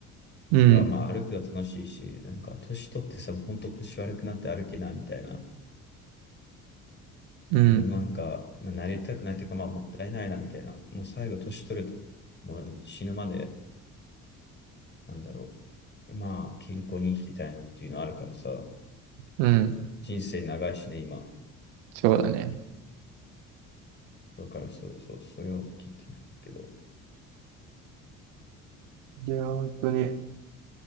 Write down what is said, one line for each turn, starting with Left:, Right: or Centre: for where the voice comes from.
Right: うん。
Left: なんか、まあ、歩くの楽しいし、なんか、年取ってさ、ほんと腰悪くなって歩けないみたいな、
Right: うん、
Left: な、なんか、まあ、なりたくないというか、まあ、もったいないな、みたいな。もう最後、年取ると、もう死ぬまで、なんだろう。まあ、健康に生きていたいなっていうのあるからさ、
Right: うん、
Left: 人生長いしね、今。
Right: そうだね。
Left: だから、そうそう、それを聞いてんだけど。
Right: いや、本当に。